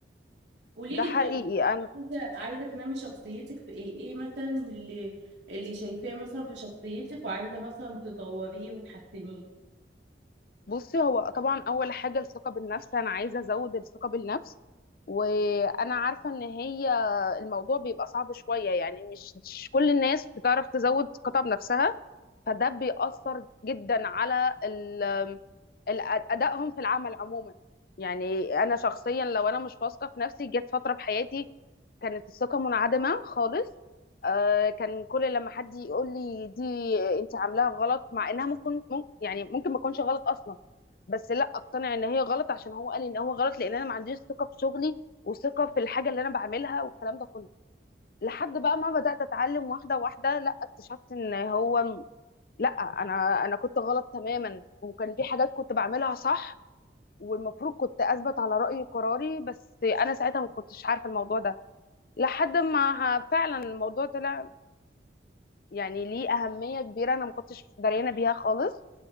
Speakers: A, on the right (about 80°); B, on the left (about 55°).
A: قولي
B: ده
A: لي
B: حقيقي
A: طيب
B: انا
A: انت عايزه تنمي شخصيتك في ايه ايه مثلا اللي اللي شايفاه مثلا في شخصيتك وعايزه مثلا تطوريه وتحسنيه
B: بصي هو طبعا اول حاجه الثقه بالنفس انا عايزه ازود الثقه بالنفس وانا عارفه ان هي الموضوع بيبقى صعب شويه يعني مش مش كل الناس بتعرف تزود ثقتها بنفسها فده بيأثر جدا على ال- ال- أدائهم في العمل عموما يعني أنا شخصيا لو أنا مش واثقة في نفسي جت فترة في حياتي كانت الثقة منعدمة خالص آه، كان كل لما حد يقول لي دي انت عاملاها غلط مع انها ممكن ممكن يعني ممكن ما تكونش غلط اصلا بس لا اقتنع ان هي غلط عشان هو قال ان هو غلط لان انا ما عنديش ثقه في شغلي وثقه في الحاجه اللي انا بعملها والكلام ده كله لحد بقى ما بدات اتعلم واحده واحده لا اكتشفت ان هو لا انا انا كنت غلط تماما وكان في حاجات كنت بعملها صح والمفروض كنت اثبت على رايي وقراري بس انا ساعتها ما كنتش عارفه الموضوع ده لحد ما ه- فعلا الموضوع طلع يعني ليه اهميه كبيره انا ما كنتش دريانه بيها خالص